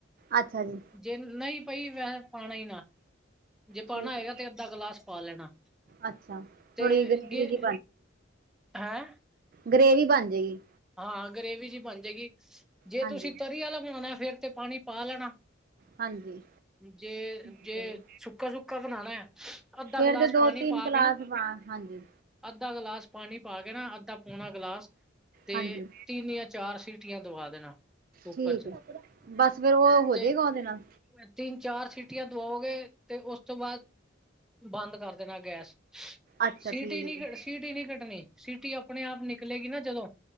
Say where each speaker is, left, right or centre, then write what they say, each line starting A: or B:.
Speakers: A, on the right (about 50°); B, in the centre.
A: ਅੱਛਾ ਜੀ।
B: ਜੇ ਨਹੀ ਪਈ ਵੈਸ਼ੇ ਪਾਣਾ ਹੀ ਨਾ। ਜੇ ਪਾਉਣਾ
A: ਠੀਕ
B: ਹੋਏਗਾ ਤੇ ਅੱਧਾ ਗਲਾਸ ਪਾ ਲੈਣਾ।
A: ਅੱਛਾ
B: ਤੇ
A: ਥੋੜ੍ਹੀ ਗਰੇਵੀ
B: ਜੇ
A: ਜਿਹੀ
B: ਹੇ।
A: ਗੇ੍ਵੀ ਬਣ ਜਾਏਗੀ।
B: ਹਾਂ ਗੇ੍ਵੀ ਜੀ ਬਣ ਜਾਏਗੀ। ਜੇ
A: ਹਾਂਜੀ
B: ਤੁਸੀਂ ਤਰੀ ਵਾਲਾ ਬਣਾਉਣਾ ਫੇਰ ਤੇ ਪਾਣੀ ਪਾ ਲੈਣਾ
A: ਹਾਂਜੀ
B: ਜੇ,
A: ਠੀਕ
B: ਜੇ
A: ਹੈ ਜੀ
B: ਸੁੱਕਾ- ਸੁੱਕਾ ਬਣਾਣਾ ਏ। ਅੱਧਾ
A: ਫੇਰ
B: ਗਲਾਸ
A: ਤੇ ਦੋ
B: ਪਾਣੀ
A: ਤਿੰਨ
B: ਪਾ
A: ਕਲਾਸ
B: ਕੇ ਨਾ।
A: ਪਾ ਹਾਂਜੀ
B: ਅੱਧਾ ਗਲਾਸ ਪਾਣੀ ਪਾ ਕੇ ਨਾ ਅੱਧਾ, ਪੌਣਾ ਗਲਾਸ। ਤੇ
A: ਹਾਂਜੀ
B: ਤਿੰਨ ਯਾ ਚਾਰ ਸੀਟੀਆਂ ਦਵਾ ਦੇਣਾ। ਕੁੱਕਰ
A: ਠੀਕ
B: ਚ
A: ਏ। ਬਸ ਫੇਰ ਉਹ ਹੋ
B: ਤੇ
A: ਜਏਗਾ ਉਹਦੇ ਨਾਲ।
B: ਤਿੰਨ, ਚਾਰ ਸੀਟੀਆਂ ਦਵਾਓਗੇ। ਤੇ ਉਸ ਤੋਂ ਬਾਦ ਬੰਦ ਕਰ ਦੇਣਾ ਗੈਸ।
A: ਅੱਛਾ
B: ਸੀਟੀ,
A: ਠੀਕ
B: ਨਹੀਂ
A: ਹੈ
B: ਕ
A: ਜੀ
B: ਸੀਟੀ ਨਹੀਂ ਕੱਡਣੀ। ਸੀਟੀ ਅਪਣੇ ਆਪ ਨਿਕਲੇਗੀ ਨਾ ਜਦੋਂ।